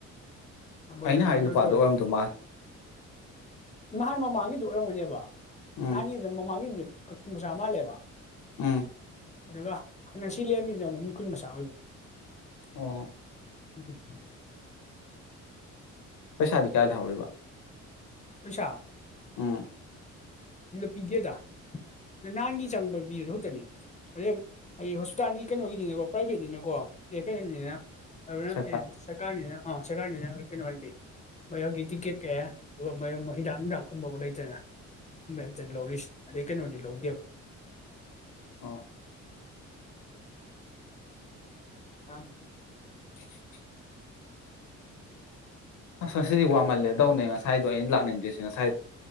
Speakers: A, on the left; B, on the left.
A: ꯃꯣꯏ
B: ꯑꯩꯅ ꯍꯥꯏ
A: ꯑꯗꯨ
B: ꯅꯨꯄꯥꯗꯣ
A: ꯇꯧꯔꯦ
B: ꯑꯣꯏꯔꯝꯗꯧ ꯃꯥꯜꯂꯦ
A: ꯅꯍꯥꯟ ꯃꯃꯥꯡꯒꯤꯁꯨ ꯑꯣꯏꯔꯝꯒꯅꯦꯕ
B: ꯎꯝ
A: ꯅꯥꯟꯗꯦꯃ ꯃꯥꯒꯤꯗꯦ ꯃꯁꯃ ꯂꯩꯦꯕ
B: ꯎꯝ
A: ꯑ ꯋꯥ ꯁꯤꯤꯃꯤ ꯃꯤ ꯀꯨꯟꯕꯁ ꯑꯣꯏꯔ
B: ꯑꯣ
A: ꯎꯝ
B: ꯄꯩꯁꯥꯗꯤ ꯀꯌꯥ ꯂꯩꯍꯧꯔꯤꯕ
A: ꯎꯁꯥ
B: ꯎꯝ
A: ꯄꯤꯗꯦꯗ ꯅꯍꯥꯟꯒꯤ ꯆꯪꯕ ꯄꯤꯕ ꯈꯨꯛꯇꯅꯤ ꯑꯣ ꯑꯩ ꯍꯣꯁꯄꯤꯇꯥꯜꯒꯤ ꯀꯩꯅꯣꯒꯤꯅꯤꯅꯀꯣ ꯄ꯭ꯔꯥꯏꯚꯦꯠꯅꯤꯅꯀꯣ ꯑꯦ ꯀꯩꯅꯣꯅꯤꯅ ꯑꯗꯨꯅ
B: ꯁꯔꯀꯥꯔ
A: ꯁꯥ ꯑ ꯁꯀꯥꯅ ꯀꯩꯅꯣ ꯍꯥꯏꯗꯤ ꯃꯌꯣꯛꯒꯤ ꯇꯤꯛꯀꯦꯠ ꯀꯩ ꯑꯗꯨꯒ ꯃ ꯍꯤꯗꯥꯛ ꯍꯤꯗꯥꯛꯀꯨꯝꯕꯕꯨ ꯂꯩꯇꯅ ꯃꯇꯅ ꯂꯧꯔꯤꯁꯤ ꯑꯗꯨꯗ ꯀꯩꯅꯗꯤ ꯂꯧꯗꯤꯕ ꯎ
B: ꯑꯣ
A: ꯑ
B: <unintelligible> ꯑꯁ ꯉꯁꯤꯗꯤ ꯋꯥꯡꯃꯜꯂꯦꯗꯧꯅꯦ ꯉꯁꯥꯏꯗꯣ ꯑꯩꯅ ꯂꯥꯛꯅꯤꯡꯗ꯭ꯔꯤꯁꯦ ꯉꯁꯥꯏ